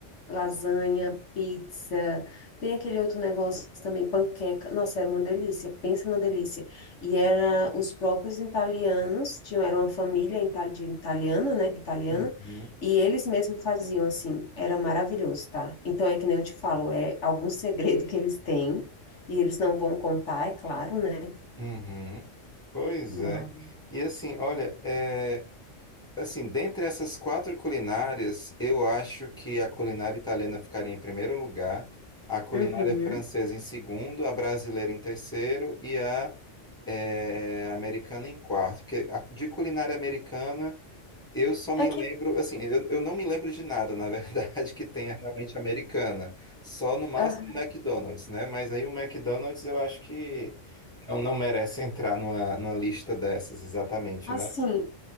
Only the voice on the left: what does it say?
lasanha, pizza, tem aquele outro negócio também, panqueca. Nossa, era uma delícia, pensa numa delícia. E era os próprios italianos, tinham, era uma família ita- de italiana, né? Italiana.
E eles mesmos faziam assim, era maravilhoso, tá? Então é que nem eu te falo, é algum segredo que eles têm, e eles não vão contar, é claro, né?
Mas...
Uhum.
É que,
ah,
assim,